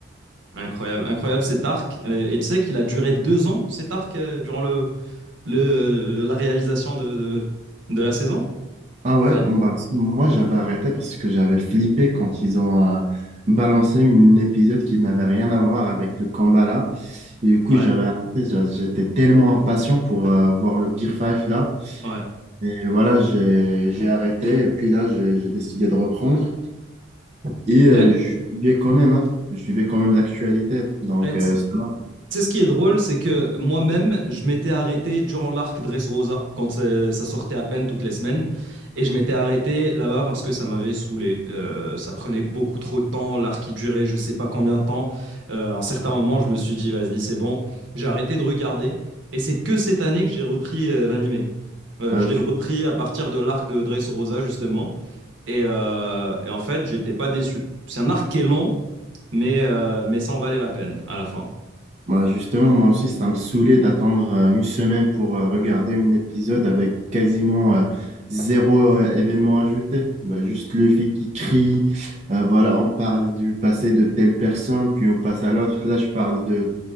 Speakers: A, on the right (about 75°); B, on the right (about 35°).
A: Incroyable, incroyable cet arc. Et, et tu sais qu'il a duré deux ans, cet arc, euh, durant le, le, la réalisation de, de, de la saison?
B: Ah ouais,
A: Putain,
B: bon, bah, c- moi j'avais arrêté parce que j'avais flippé quand ils ont euh, balancé un épisode qui n'avait rien à voir avec le combat là. Et du coup,
A: Ouais,
B: j'avais arrêté, j'a- j'étais tellement impatient pour euh, voir le Gear 5 là.
A: ouais.
B: Et voilà, j'ai j'ai arrêté et puis là, j'ai j'ai décidé de reprendre. Et euh,
A: Eh,
B: je suivais quand même, hein, je suivais quand même l'actualité. Donc,
A: eh, tu
B: euh, ça va.
A: Tu sais, ce qui est drôle, c'est que moi-même, je m'étais arrêté durant l'arc Dressrosa, quand c'est- ça sortait à peine toutes les semaines. Et je m'étais arrêté là-bas parce que ça m'avait saoulé. Euh, ça prenait beaucoup trop de temps, l'arc il durait je sais pas combien de temps. Euh, à un certain moment, je me suis dit, vas-y, c'est bon. J'ai arrêté de regarder. Et c'est que cette année que j'ai repris euh, l'animé. Euh,
B: Bah,
A: je
B: ju-
A: l'ai repris à partir de l'arc de Dressrosa, justement. Et, euh, et en fait, j'étais pas déçu. C'est un arc qui est long, mais, euh, mais ça en valait la peine à la fin.
B: bah, justement, moi aussi, ça me saoulait d'attendre euh, une semaine pour euh, regarder un épisode avec quasiment euh, zéro euh, événement ajouté. Bah, juste le fille qui crie. Euh, voilà, on parle du passé de telle personne, puis on passe à l'autre. Là, je parle de,